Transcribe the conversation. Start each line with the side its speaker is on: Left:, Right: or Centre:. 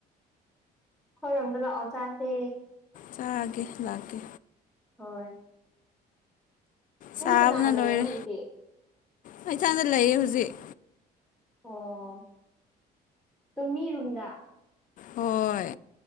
Centre: ꯈꯣꯏꯔꯣꯝꯗ ꯂꯥꯛ ꯑꯣ ꯆꯥꯁꯦ
Left: ꯆꯥꯛꯑꯒꯦ ꯂꯥꯛꯀꯦ
Centre: ꯍꯣꯏ ꯅꯪꯗꯤ
Left: ꯁꯥꯕꯅ
Centre: ꯀꯅꯥꯒ
Left: ꯂꯣꯏꯔꯦ
Centre: ꯂꯩꯅꯣ ꯍꯧꯖꯤꯛꯇꯤ
Left: ꯑꯩ ꯏꯁꯥꯗ ꯂꯩꯌꯦ ꯍꯧꯖꯤꯛ
Centre: ꯑꯣ ꯇꯃꯤꯔꯨꯟꯗꯥ
Left: ꯍꯣꯏ